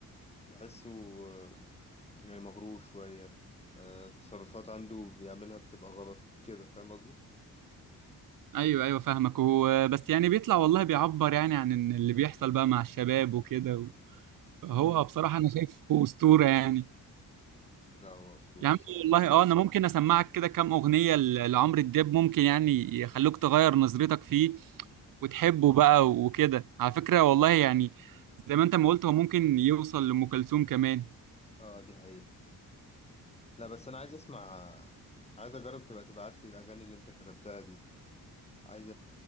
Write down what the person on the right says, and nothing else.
ايوه ايوه فاهمك هو بس يعني بيطلع والله بيعبر يعني عن إن اللي بيحصل بقى مع الشباب وكده هو
بصراحة أنا شايفه أسطورة يعني
يا
عم والله اه انا ممكن اسمعك كده كام اغنيه ل- لعمرو دياب ممكن يعني يخلوك تغير نظرتك فيه وتحبه بقى وكده على فكره والله يعني زي ما انت ما قلت هو ممكن يوصل لام كلثوم كمان